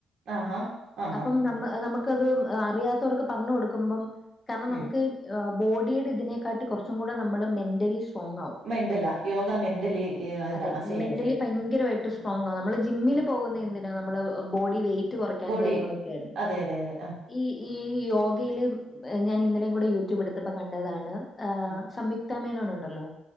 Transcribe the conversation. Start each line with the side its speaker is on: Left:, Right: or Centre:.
Right: ആഹാ ആ
Left: അപ്പം
Right: ആ ആ
Left: നമ്മ നമു ക്കത് അറിയാത്തോർക്ക് പറഞ്ഞു കൊടുക്കുമ്പം കാരണം നമുക്ക്
Right: ഉം
Left: ബോഡിയുടെ ഇതിനെക്കാട്ടി കൊറച്ചും കൂടെ നമ്മള് മെന്റലി ഷ് സ്ട്രോങ്ങാവും
Right: മെന്റലാ യോഗ മെന്റലി ഇതാ
Left: അതെ
Right: ശരിയാ
Left: മെന്റലി
Right: ശരിയാ
Left: ഭയങ്കരവാ സ്ട്രോങ്ങാവും നമ്മള് ജിമ്മില് പോകുന്ന എന്തിനാ നമ്മള് ബോഡി വെയിറ്റ് കൊറയ്ക്കാനും
Right: ബോഡി
Left: കാര്യങ്ങളൊക്കെയല്ലോ ആയിരു
Right: അതെ അതെ അതെ ആഹ്
Left: ഈ ഈ യോഗയില്, ഞാൻ ഇന്നലെ കൂടെ യൂട്യൂബ് എടുത്തപ്പോ കണ്ടതാണ്
Right: ഉം
Left: ആ, സംയുക്ത മേനോനുണ്ടല്ലോ,